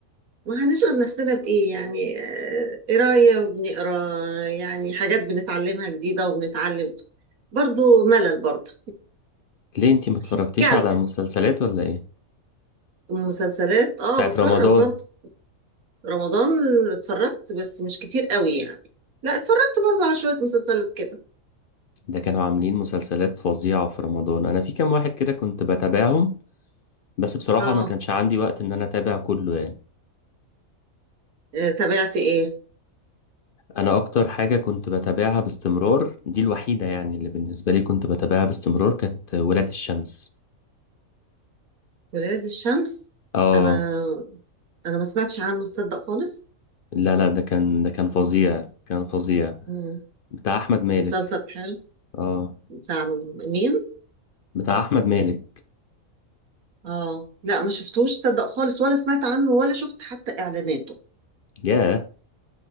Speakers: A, on the right; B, on the left.
A: وهنشغل نفسنا بايه يعني آه، قرايه وبنقرا يعني حاجات بنتعلمها جديده وبنتعلم برضو ملل برضو
B: ليه انتي ما اتفرجتيش
A: <laughs> جعل
B: على مسلسلات ولا ايه
A: مسلسلات اه
B: بتاعت
A: بتفرج
B: رمضان
A: برضو رمضان اتفرجت بس مش كتير قوي يعني لا اتفرجت برضو على شويه مسلسلات كده
B: ده كانوا عاملين مسلسلات فظيعة في رمضان انا في كام واحد كده كنت بتابعهم بس بصراحة
A: اه
B: ما كانش عندي وقت ان انا اتابع كله يعني
A: آه، تابعت ايه
B: انا اكتر حاجه كنت بتابعها باستمرار دي الوحيده يعني اللي بالنسبه لي كنت بتابعها باستمرار كانت ولاد الشمس
A: ولاد الشمس
B: اه
A: انا انا ما سمعتش عنه تصدق خالص
B: لا لا ده كان ده كان فظيع كان فظيع
A: مم.
B: بتاع احمد مالك
A: مسلسل حلو
B: اه
A: بتاع مين
B: بتاع احمد مالك
A: اه لا ما شفتوش تصدق خالص ولا سمعت عنه ولا شفت حتى اعلاناته
B: ياه